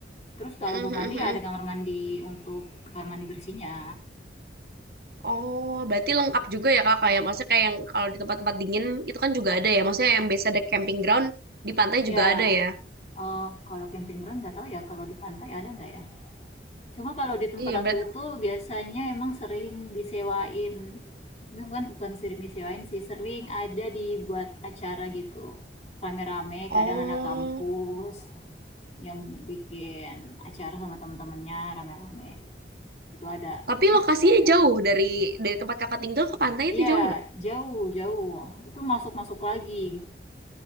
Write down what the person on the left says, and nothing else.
terus kalau
mau mandi ya ada kamar mandi untuk kamar mandi bersihnya
ya
eh, kalau camping ground nggak tahu ya kalau di pantai ada nggak ya Cuma kalau di tempat
aku itu biasanya emang sering disewain. Maksudnya bukan, bukan sering disewain sih, sering ada dibuat acara gitu. Rame-rame,
kadang anak kampus yang bikin acara sama temen-temennya rame-rame. Itu ada.
Terus
ya
jauh, jauh. Itu masuk-masuk lagi.